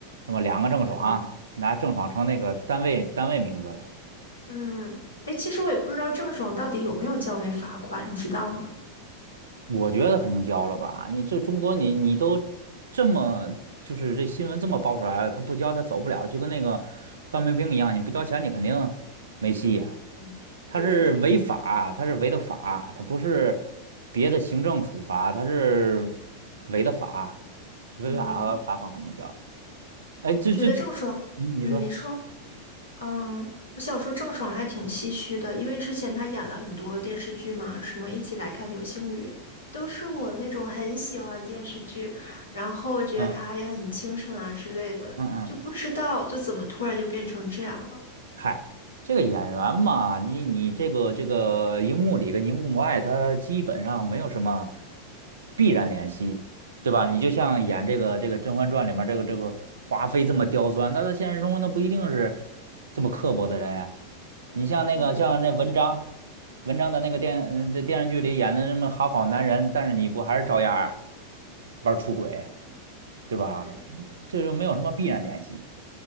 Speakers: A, on the right (about 65°); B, on the left (about 80°).
A: 是吧？两个郑爽，
B: 嗯
A: 拿郑爽成那个单位单位名字了。
B: 嗯，哎，其实我也不知道郑爽到底有没有交那罚款，你知道吗？
A: 我觉得肯定交了吧？你这中国你，你都这么就是这新闻这么爆出来了，他不交他走不了，就跟那个范冰冰一样，你不交钱你肯定没戏呀、
B: 嗯，
A: 他是违法，
B: 对，
A: 他是违的法，他不是别的行政处罚，他是违的法，违法罚款肯定交。
B: 嗯，
A: 哎，这这这，
B: 我觉得郑爽，
A: 嗯，你说，
B: 嗯，你说。嗯，我想说郑爽还挺唏嘘的，因为之前她演了很多电视剧嘛，什么《一起来看流星雨》，都是我那种很喜欢的电视剧，然后我觉得她也很清纯啊之类的，
A: 嗯嗯嗯。
B: 就不知道就怎么突然就变成这样了。
A: 嗨，这个演员嘛，你你这个这个荧幕里跟荧幕外，他基本上没有什么必然联系，对吧？你就像演这个这个《甄嬛传》里面这个这个华妃这么刁钻，那在现实中那不一定是这么刻薄的人呀。你像那个像那文章，
B: 嗯
A: 文章的那个电嗯在电视剧里演的这么好好男人，但是你不还是照样儿玩儿出轨，对吧？
B: 对，
A: 这就没有什么必然联系。